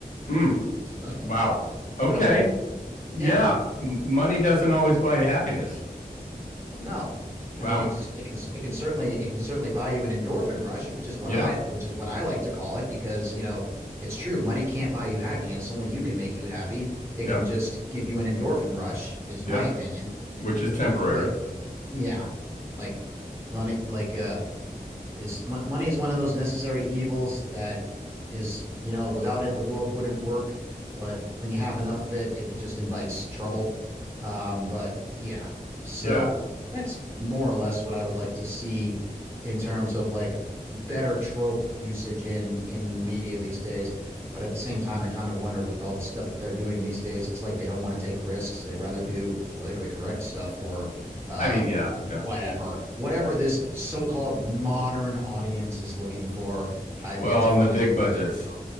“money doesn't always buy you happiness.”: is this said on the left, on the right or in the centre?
Left